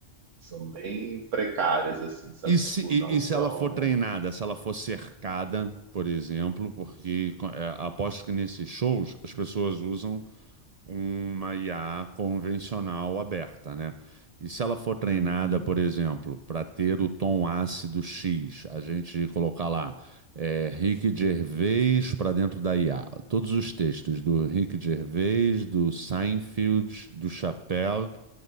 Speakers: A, on the right (about 80°); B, on the right (about 60°).
A: São bem precárias, assim, sabe?
B: E se,
A: Tipo,
B: e,
A: não
B: e
A: são.
B: se ela for treinada, se ela for cercada, por exemplo, porque é, aposto que nesses shows as pessoas usam uma IA convencional aberta, né? E se ela for treinada,
A: Uhum.
B: por exemplo, para ter o tom ácido X, a gente colocar lá é, Rick Gervais para dentro da IA, todos os textos do Rick Gervais, do Seinfeld, do Chappelle,